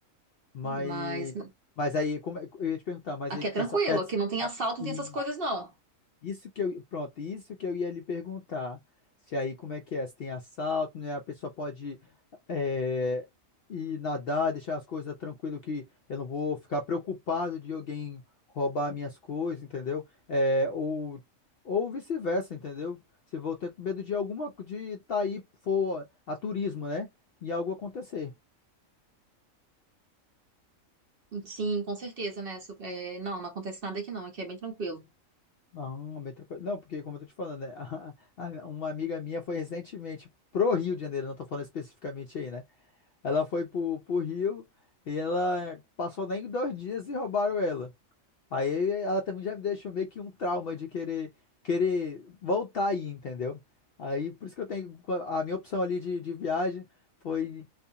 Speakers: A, on the left; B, on the right.
A: Mas,
B: Mas
A: mas aí, como é- eu ia te perguntar, mas
B: aqui
A: aí
B: é tranquilo,
A: nessa perto.
B: aqui não tem
A: a-
B: assalto, não
A: e
B: tem essas coisas, não.
A: Isso que eu, pronto, isso que eu ia lhe perguntar. Se aí, como é que é? Se tem assalto, né? A pessoa pode é, ir nadar, deixar as coisas tranquilo, que eu não vou ficar preocupado de alguém roubar minhas coisas, entendeu? É, ou ou vice-versa, entendeu? Se vou ter medo de alguma, de estar aí, for a turismo, né? E algo acontecer.
B: Sim, com certeza, né? Su- é, não, não acontece nada aqui não, aqui é bem tranquilo.
A: Ah, bem tranquilo. Não, porque como eu tô te falando, né? <laughs> a- a- uma amiga minha foi recentemente pro Rio de Janeiro, não tô falando especificamente aí, né? Ela foi pro, pro Rio e ela passou nem dois dias e roubaram ela. Aí ela também já me deixou meio que um trauma de querer, querer voltar aí, entendeu? Aí por isso que eu tenho a minha opção ali de, de viagem foi